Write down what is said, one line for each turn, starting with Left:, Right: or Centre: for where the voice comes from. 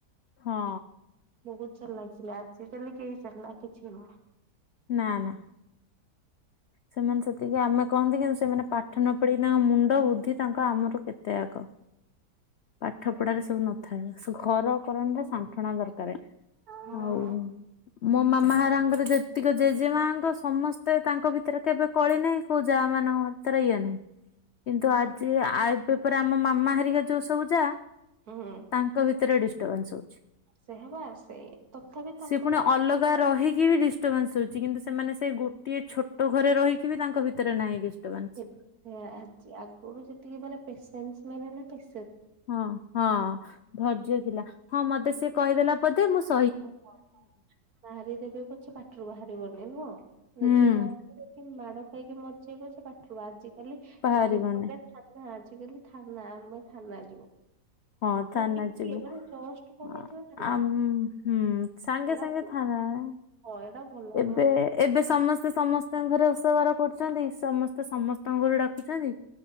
Left: ହଁ।
Right: ବହୁତ ଚାଲାକ୍ ଥିଲେ ଆଜିକାଲି କେହି ଚାଲାକ୍ କିଛି ନୁହଁ।
Left: ନା ନା। ସେମାନେ ସେତିକି ଆମେ କହନ୍ତି କିନ୍ତୁ ସେମାନେ ପାଠ ନ ପଢିକିନା ମୁଣ୍ଡ ବୁଦ୍ଧି ତାଙ୍କ ଆମଠୁ କେତେ ଆଗ। ପାଠ ପଢ଼ାରେ ସବୁ ନଥାଏ। ସୁ ଘର କରଣାରେ ସାଣ୍ଠଣା ଦର୍ କାରେ
Right: ହଁ
Left: ଆଉ ମୋ ମାମା ହେରାଙ୍କର ଯେତିକ ଜେଜେ ମାଙ୍କ ସମସ୍ ତେ ତାଙ୍କ ଭିତରେ କେବେ କଳି ନାହିଁ କୋଉ ଯାଆମାନଙ୍କ ଭିତରେ ଇଏ ନାହିଁ। କିନ୍ତୁ
Right: ତାଙ୍କ
Left: ଆଜି ଆଇଫ ପେପର ଆମ ମାମା ହେରିକା ଯୋଉ ତୋଉଜା
Right: ହୁଁ
Left: ତାଙ୍କ ଭିତରେ ଡିଷ୍ଟ ଟଭାନ୍ସ ହଉଛି।
Right: ସେହବା ସେଇ ତଥାପି ତାଙ୍କ
Left: ସେ ପୁଣି
Right: ଭିତରେ
Left: ଅଲଗା
Right: ଥିବ
Left: ରହିକି ବି ଡିଷ୍ଟବାନ୍ସ ହଉଛି। ଆଜି କିନ୍ତୁ ସେମାନେ ସେଇ ଗୁଟ ଟିଏ ଛୋଟ ଘରେ ରହିକି ବି ତାଙ୍କ ଭିତରେ ନାହିଁ ଡିସ ଟବାନ୍ସ।
Right: ସେୟା ଆଜି ଆଗରୁ ଯେତିକି ମାନେ ପେସେନ୍ସ ମାନେ ପେ
Left: ହଁ ହଁ ଧର୍ଯ୍ୟ ଥିଲା ହଁ ମତେ ସେ କହିଦେଲା ପଦେ ମୁଁ ସହ
Right: ହଁ ହଁ ହଁ ମାରିଦେବେ ପଛେ ପାଟିରୁ ବାହାରିବନି ନୁହଁ। ନିଜେ
Left: ହୁଁ।
Right: ମରିଯିବେ କିନ୍ତୁ ମାଡ ଖାଇକି ମରିଯିବି ପଛେ ପାଟିରୁ ଆଜି। କାଲି
Left: ବାହାରିବନି।
Right: ଟିକେ କଣ ହେଲେ ଚାଲ ଆଜି। ଟିକେ ବେଲି ଥାନା, ଆମେ ଥାନା ଯିବୁ।
Left: ହଁ ଥାନା
Right: ମାନେ ଟିକେ
Left: ଯିବୁ।
Right: ମାନେ ଜଷ୍ଟ କଣ
Left: ଆ-
Right: ହେଇ ଥିବା ଥାନା।
Left: ଆମ୍ ହୁଁ ସାଙ୍ଗେ
Right: ଏଇଟା
Left: ସାଙ୍ଗେ
Right: ଭଲ
Left: ଥାନା ଆ,
Right: ନୁହଁ ଏଇଟା ଭଲ
Left: ଏବେ
Right: ନୁହଁ ନା
Left: ଏବେ ସମସ୍ତେ ସମସ୍ତଙ୍କ ଘରେ ଓଷାବାର କରୁଛନ୍ତି ସମସ୍ତେ ସମସ୍ତେ। ତଙ୍ଗୁରୁ ଡାକୁଛନ୍ତି।